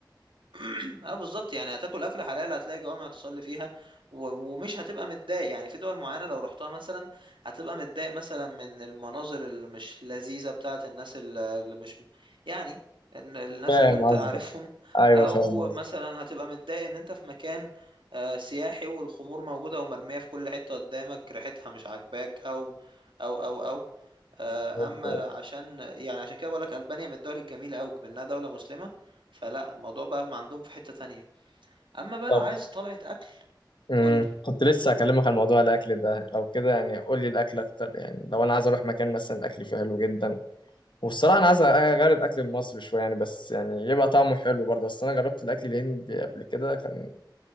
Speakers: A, on the right; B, on the left.
A: <clears throat> اه بالظبط يعني هتاكل اكل حلال هتلاقي جوامع تصلي فيها و- ومش هتبقى متضايق يعني في دول معينه لو رحتها مثلا هتبقى متضايق مثلا من المناظر اللي مش لذيذه بتاعه الناس ال- اللي مش يعني ان الناس
B: فاهم
A: اللي انت
B: قصدك
A: عارفهم <laughs>
B: ايوه
A: او
B: فاهم قصدك
A: مثلا هتبقى متضايق ان انت في مكان آه، سياحي والخمور موجوده ومرميه في كل حته قدامك ريحتها مش عاجباك او او او او آه،
B: ممتاز.
A: اما عشان يعني عشان كده بقول لك البانيا من الدول الجميله قوي منها دوله مسلمه فلا الموضوع بقى ما عندهم في حتة تانية اما بقى
B: طب
A: لو عايز طلعة اكل
B: امم
A: قول لي
B: كنت لسه هكلمك عن موضوع الاكل ده لو كده يعني قول لي الاكل اكتر يعني لو انا عايز اروح مكان مثلا الاكل فيه حلو جدا والصراحه انا عايز اغير الاكل المصري شويه يعني بس يعني يبقى طعمه حلو برضه اصل انا جربت الاكل الهندي قبل كده كان